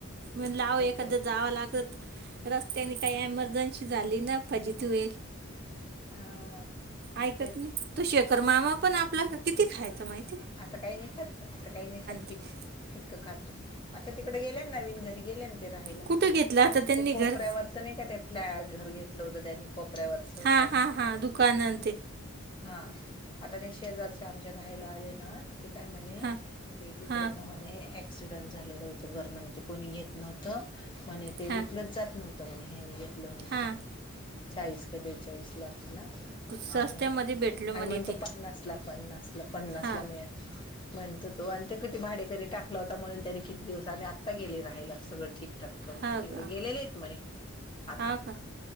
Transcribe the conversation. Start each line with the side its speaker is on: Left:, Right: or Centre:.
Right: मण लाव एखादं
Left: का
Right: जावा लागत. रस्त्याने काही एमर्जन्सी झाली ना फज त वईल.
Left: हा
Right: ऐकत
Left: तेच
Right: नाही तू शेखर मामा पण आपला किती खायच माहिित
Left: आता काही नि खात आता काही नि खात पीक
Right: ते
Left: फिकक खातो आता तिकडे गेले नवीन घरी गेले ते राहायला
Right: कुठं घेतलं आता त्यांनी
Left: ते
Right: घर
Left: कोपऱ्यावर असं नाही का ते फ्लॅ घर घेतलं होतं त्यानी कोपऱ्यावरच
Right: हां
Left: त्या
Right: हां हां दुकान आणि ते
Left: हा आता ते शेजारचे आमच्या राहायला आले ना. ते काय म्हणे
Right: हां
Left: मी तिकड
Right: हां
Left: ना म्हणे. ॲक्सिडेंट झालेलं होतं घर म्ह ते कोणी घेत नव्हतं. म्हणे ते
Right: हां
Left: विकलच जात नव्हतं म्हणे हेनी घेतलं म्हणे.
Right: हां
Left: चाळीस का बेचाळीस लाख मला
Right: स्वस्त्यामध्ये
Left: आणि आणि
Right: भेटलं म्हणे
Left: मग
Right: ते
Left: तो पन्नास. ला पन्नासला पन्नासला
Right: हां
Left: मिळळे. म्हणतो तो आणि ते कधी भाडेकरी टाकला होता म्हणून त्यानी किती दिवसांनी आ आता गेले राहायला सगळं ठीकठाक करून
Right: हां
Left: तिकड
Right: का
Left: गेलेले आहेत म्हणे आता.
Right: हां का